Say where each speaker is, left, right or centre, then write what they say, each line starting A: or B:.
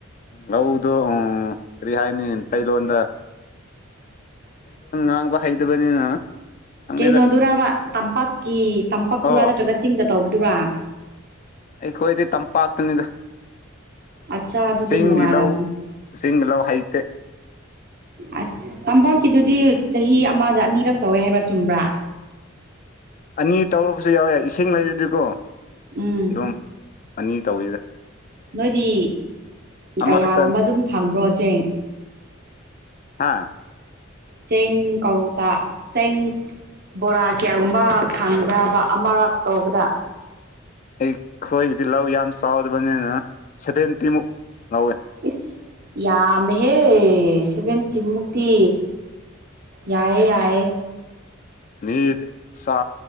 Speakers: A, on the left (about 40°); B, on the right (about 50°).
A: ꯂꯧꯗꯣ ꯎꯝ ꯀꯔꯤ ꯍꯥꯏꯅꯤ ꯃꯩꯇꯩꯂꯣꯟꯗ ꯉꯥꯥꯡꯕ ꯍꯩꯇꯕꯅꯤꯅ ꯈꯪꯅꯤꯗ
B: ꯀꯩꯅꯣꯗꯨꯔꯕ ꯇꯝꯄꯥꯛꯀꯤ ꯇꯝꯄꯥꯛꯇꯨꯔꯥ
A: ꯑꯣ
B: ꯅꯠꯇ꯭ꯔꯒ ꯆꯤꯡꯗ ꯇꯧꯕꯗꯨꯔꯥ
A: ꯑꯩꯈꯣꯏꯗꯤ ꯇꯝꯄꯥꯛꯇꯅꯤꯗ
B: ꯑꯠꯆꯥ ꯑꯗꯨꯗꯤ
A: ꯆꯤꯡꯒꯤ
B: ꯅꯨꯡꯉꯥꯏꯔꯝ
A: ꯂꯧ ꯆꯤꯡꯒꯤ ꯂꯧ ꯍꯩꯇꯦ
B: ꯑꯁ ꯇꯝꯄꯥꯛ ꯀꯤꯗꯨꯗꯤ ꯆꯍꯤ ꯑꯃꯗ ꯑꯅꯤꯔꯛ ꯇꯧꯋꯦ ꯍꯥꯏꯕ꯭ꯔꯥ ꯆꯨꯝꯕ꯭ꯔꯥ
A: ꯑꯅꯤ ꯇꯧꯔꯕꯁꯨ ꯌꯥꯎꯋꯦ ꯏꯁꯤꯡ ꯂꯩꯔꯗꯤꯀꯣ
B: ꯎꯝ
A: ꯑꯗꯨꯝ ꯑꯅꯤ ꯇꯧꯋꯤꯗ
B: ꯅꯣꯏꯗꯤ
A: ꯑꯃꯈꯛꯇꯅꯤ
B: ꯀꯌꯥꯒꯨꯝꯕ ꯑꯗꯨꯝ ꯐꯪꯕ꯭ꯔꯣ ꯆꯦꯡ
A: ꯍꯥꯥ
B: ꯆꯦꯡ ꯀꯧꯇ ꯆꯦꯡ ꯕꯣꯔꯥ ꯀꯌꯥꯒꯨꯝꯕ ꯐꯪꯕ꯭ꯔꯥꯕ ꯑꯃꯔꯛ ꯇꯧꯕꯗ
A: ꯑꯩ ꯈꯣꯏꯒꯤꯗꯤ ꯂꯧ ꯌꯥꯝ ꯆꯥꯎꯗꯕꯅꯤꯅ ꯁꯚꯦꯟꯇꯤꯃꯨꯛ ꯂꯧꯋꯦ
B: ꯏꯁ ꯌꯥꯝꯃꯦꯍꯦ ꯁꯚꯦꯟꯇꯤꯃꯨꯛꯇꯤ ꯌꯥꯏꯌꯦ ꯌꯥꯏꯌꯦ
A: ꯃꯤꯅꯠ ꯆ